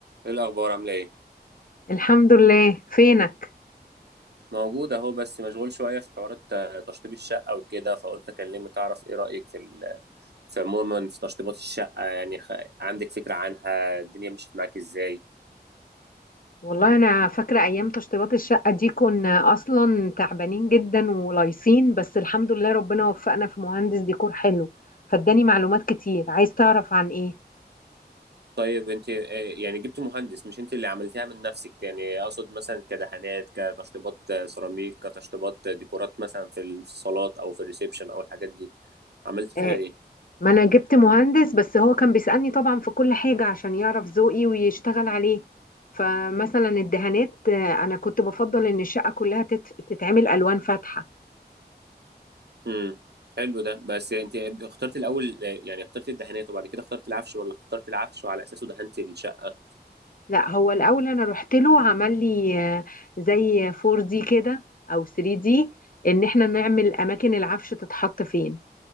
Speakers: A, on the right; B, on the left.
A: ايه الاخبار عامله ايه
B: الحمد لله فينك
A: موجود اهو بس مشغول شويه في حوارات آه، تشطيب الشقه وكده فقلت اكلمك اعرف ايه رايك في ال... في عموما في تشطيبات الشقه يعني خ... عندك فكره عنها الدنيا مشيت معاك ازاي
B: والله انا فاكره ايام تشطيبات الشقه دي كنا اصلا تعبانين جدا ولايصين بس الحمد لله ربنا وفقنا في مهندس ديكور حلو فاداني معلومات كتير عايز تعرف عن ايه
A: طيب انت آه، يعني جبت مهندس مش انت اللي عملتها من نفسك يعني اقصد مثلا كدهانات كتشطيبات آه، سيراميك كتشطيبات آه، ديكورات مثلا في الصالات او في الريسبشن او الحاجات دي عملت
B: آه
A: فيها ايه
B: ما انا جبت مهندس بس هو كان بيسألني طبعا في كل حاجه عشان يعرف ذوقي ويشتغل عليه فمثلا الدهانات آه انا كنت بفضل ان الشقه كلها تت- تتعمل الوان فاتحه
A: امم حلو ده بس انت اخترت الاول يعني اخترت الدهانات وبعد كده اخترت العفش ولا اخترت العفش وعلى اساسه دهنت الشقه
B: لا هو الاول انا رحت له عمل لي آه، زي 4 دي كده او 3 دي ان احنا نعمل اماكن العفش تتحط فين